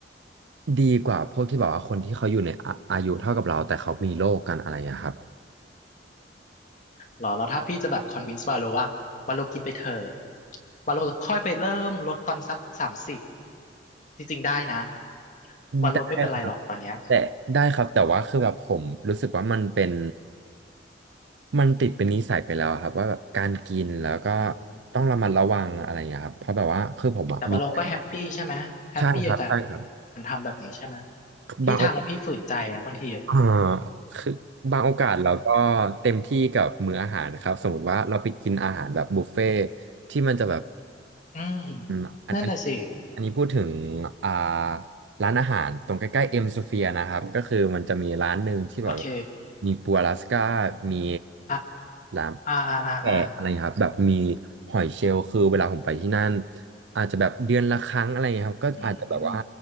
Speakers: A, on the right (about 85°); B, on the left (about 45°).
A: ดีกว่าพวกที่แบบว่าคนที่เขาอยู่ในอาอายุเท่ากับเราแต่เขามีโรคกันอะไรอย่างเงี้ยครับ
B: หรอแล้วถ้าพี่จะแบบคอนวินส์วาโลว่าวาโลกินไปเถอะวาโลค่อยไปเริ่มลดตอนสักสามสิบจริงๆได้นะวาโลไม่เป็นไรหรอกตอนเนี้ย
A: ได้ครับแต่ได้ครับแต่ว่าคือแบบผมรู้สึกว่ามันเป็นมันติดเป็นนิสัยไปแล้วอะครับว่าแบบการกินแล้วก็
B: อืม
A: ต้องระมัดระวังอะไรอย่างเงี้ยครับเพราะแบบว่าคือผมอะมี
B: แต่วาเราก็แฮปปี้ใช่ไหมแฮปปี้กับกา
A: ใช่ครับใช่ครับ
B: รทำแบบนี้ใช่ไหมพี่ทำแล้วพี่ฝืนใจนะบางทีอะ
A: บาง อ่าคือบางโอกาสเราก็เต็มที่กับมื้ออาหารนะครับสมมติว่าเราไปกินอาหารแบบบุฟเฟ่ที่มันจะแบบ
B: อืม
A: อืมอันอัน
B: นั่นแหละสิ
A: อันนี้พูดถึงอ่าร้านอาหารตรงใกล้ๆเอ็มสเฟียนะครับก็คือมันจะมีร้านหนึ่งที่แบบ
B: โอเค
A: มีปูอลาสก้ามี
B: อ่ะ
A: ร้าน
B: อ่าอ่าอ่าอ่า
A: แกะอะไรครับแบบมีหอยเชลล์คือเวลาผมไปที่นั่นอาจจะแบบเดือนละครั้งอะไรเงี้ยครับก็อาจจะแบบว่า
B: อืม